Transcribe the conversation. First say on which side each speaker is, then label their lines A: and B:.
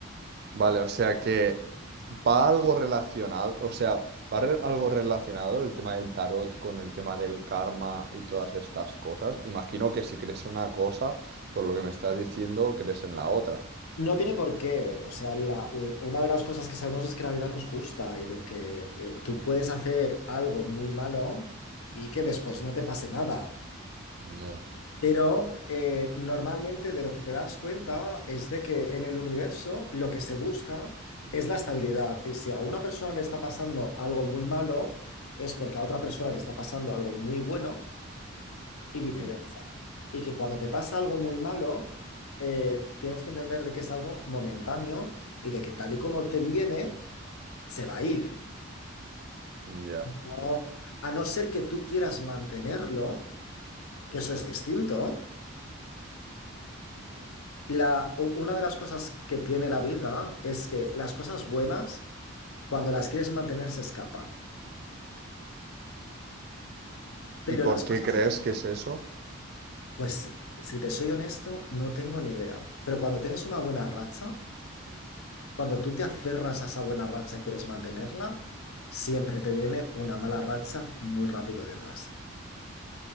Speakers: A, on the right (about 45°); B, on the left (about 85°).
A: Vale, o sea que va algo relacionado, o sea, va re- algo relacionado el tema del tarot con el tema del karma y todas estas cosas. Imagino que si crees una cosa, por lo que me estás diciendo, crees en la otra.
B: No tiene por qué. O sea, la- l- una de las cosas que sabemos es que la vida no es justa y de que eh, tú puedes hacer algo muy malo y que después no te pase nada.
A: Ya.
B: Pero eh, normalmente de lo que te das cuenta es de que en el universo lo que se busca es la estabilidad. Y si a una persona le está pasando algo muy malo, es porque a otra persona le está pasando algo muy bueno y viceversa.
A: Mm,
B: Y que cuando te pasa algo muy malo, eh, tienes que entender de que es algo momentáneo y de que tal y como te viene, se va a ir.
A: Ya.
B: No- a no ser que tú quieras mantenerlo, que eso es distinto. La, u- una de las cosas que tiene la vida es que las cosas buenas, cuando las quieres mantener, se escapan. Pero
A: ¿Y por
B: las
A: qué
B: cosas,
A: crees que es eso?
B: pues si te soy honesto, no tengo ni idea. Pero cuando tienes una buena racha, Cuando tú te aferras a esa buena racha y quieres mantenerla, siempre te viene una mala racha muy rápido detrás.